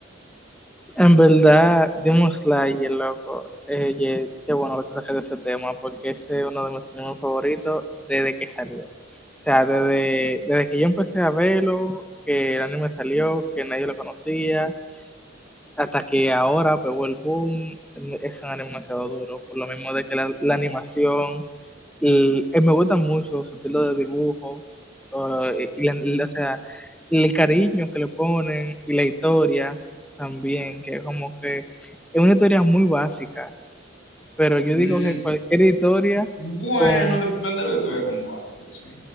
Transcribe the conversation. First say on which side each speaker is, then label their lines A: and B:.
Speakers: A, in the centre; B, on the left.
A: En verdad, Demon Slayer, loco, eh, ye- qué bueno que tú saques ese tema, porque ese es uno de mis animes favoritos desde que salió. O sea, desde, desde que yo empecé a verlo, que el anime salió, que nadie lo conocía, hasta que ahora pegó el boom, em, es un anime demasiado duro, por lo mismo de que la, la animación el- eh, me gusta mucho su estilo de dibujo, o, eh, y la- la- o sea, el cariño que le ponen y la historia también, que como que es una historia muy básica, pero yo
B: Mm,
A: digo que cualquier historia
B: bueno,
A: con,
B: depende de lo que tú veas como básico, sí.